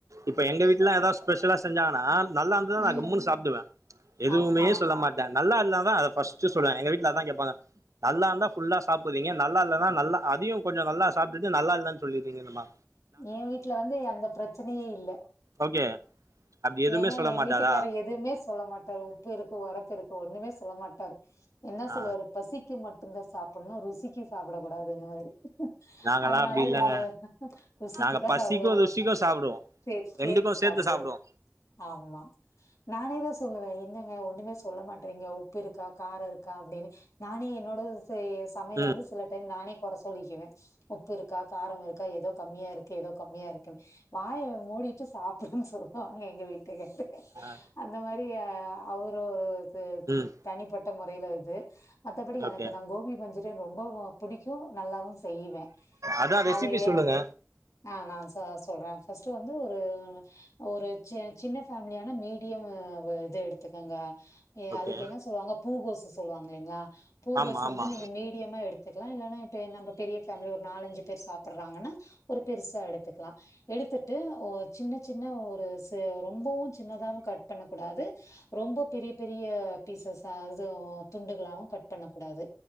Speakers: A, on the right; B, on the left.
A: இப்போ எங்க வீட்ல லா ஏதாவது ஸ்பெஷலா செஞ்சாங்கன்னா நல்லா இருந்ததுனா நா
B: ம்
A: கம்முனு சாப்பிடுவே ச் எதுவுமே
B: ஆமா
A: சொல்ல மாட்டே நல்லா இருந்தா தா அத ஃபர்ஸ்ட் சொல்வே எங்க வீட் இதா தா கேப்பாங்க நல்லா இருந்தா ஃபுல்லா சாப்பிட்றீங்க நல்லா இல்லன்னா நல்லா அதயு கொஞ்சோ நல்லா சாப்டிட்டு நல்லா இல்லன்னு சொல்லீறீங்க நம்மா
B: எ வீட்ல வந்து அந்த பிரச்சனயே இல்ல
A: ஓகே அப்டி எதுவுமே
B: ஏன்னா
A: சொல்ல
B: எ
A: மாட்டாரா
B: வீட்டுக்காரு எதுவுமே சொல்ல மாட்டரு உப்பு இருக்கு ஒரப்பு இருக்கு ஒண்ணுமே சொல்ல மாட்டாரு என்ன
A: ஆ
B: சொல்லுவாரு பசிக்கு மட் தா சாப்பிட்ணு ருசிக்கு சாப்பிட கூடாதுனு வாரு
A: நாங்கல்லா
B: அதனால
A: அப்டி இல்லங்க
B: எங்க சக்குதா
A: நாங்க பசிக்கு
B: <unintelligible> சாப்பிடுவானு
A: ருசிக்கு சாப்டுவோ
B: சேத்து சேத்து
A: ரெண்டுக்கு
B: சாப்பிடு
A: சாப்டுவோ
B: ஆமா நானே தா சொல்லுவே என்னங்க ஒண்ணுமே சொல்ல மாட்றீங்க உப்பு இருக்கா காரோ இருக்கா அப்டின்னு நானே என்னோட சமையல
A: ம்
B: வந்து சில டைம் நானே குற சொல்லிக்குவே உப்பு இருக்கா காரம் இருக்கா ஏதோ கம்மியா இருக்கு ஏதோ கம்மியா இருக்குன்னு வாய மூடிட்டு சாப்பிடுன்னு சொல்லுவாங்க எங்க வீட்டுக்காரார்
A: ஆ
B: அந்த மாரி அவரு ஒரு இது
A: ம்
B: தனிப்பட்ட முறையில இது மத்தபடி
A: ஓகே
B: எனக்கு
A: ஓகே
B: நா கோபி மஞ்சூரியன் ரொம்ப பிடிக்கு நல்லாவு செய்வே
A: அதா ரெசிபி
B: அது
A: சொல்லுங்க
B: எ ஆ நாச சொல்றே ஃபர்ஸ்ட் வந்து ஒரு ஒரு ச சின்ன ஃபேமிலியான மீடியம் இது எடுத்துங்கங்க
A: ஓகே
B: அதுக்கு என்ன சொல்லுவாங்க பூகோசு சொல்லுவாங்க இல்லலைங்களா பூகோசு
A: ஆமா
B: வந்து
A: ஆமா
B: நீங்க மீடியமா எடுத் கத்துக்கலா இல்லன்னா இப்ப நம்ம பெரிய ஃபேமிலி ஒரு நாலஞ்சு பேர் சாப்பிடுறாங்கன்னா ஒரு பெருசா எடுத்துக்கலா எடுத்துட் டு ஒ சின்ன சின்ன ஒரு ச ரொம்பவு சின்னதாவு கட் பண்ண கூடாது ரொம்ப பெரிய பெரிய பீசஸ்ஸா அது துண்டுகளாவு கட் பண்ண கூடாது